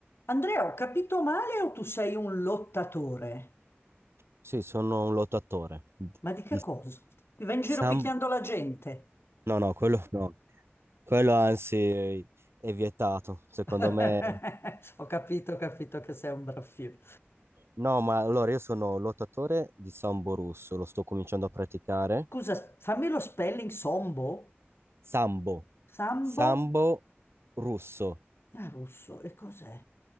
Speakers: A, on the left (about 65°); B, on the right (about 70°).
A: Andrea, ho capito male o tu sei un lottatore?
B: Sì, sono un lottatore.
A: Ma di che
B: Di
A: cosa? Mi vai in giro
B: Sam...
A: picchiando la gente.
B: No, no, quello no. Quello anzi è vietato, secondo
A: <laughs>
B: me.
A: Ho capito, ho capito che sei un braffio.
B: No, ma allora io sono lottatore di sambo russo, lo sto cominciando a praticare.
A: Scusa, fammi lo spelling sombo?
B: Sambo.
A: Sambo?
B: Sambo russo.
A: Ah, russo, e cos'è?